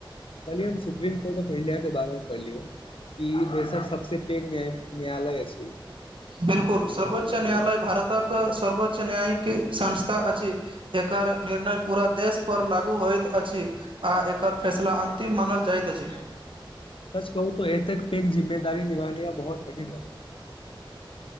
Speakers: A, on the left (about 80°); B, on the right (about 70°).
A: कली हम सुप्रीम कोर्ट ऑफ इंडिया के बारे मे पढ़ली हं कि देशक सबस पेघ नायालय छी
B: बिलकुल सर्वोच्च न्यालय भारतक सर्वोच्च न्यायिक संस्था अछि एकर निर्णय पूरा देश पर लागू होइत अछि आ एकर फैसला अन्तिम मानल जाइत अछि
A: सच कहू त ऐतेक पैघ जिम्मेदार निभान हा बहुत कठिन ब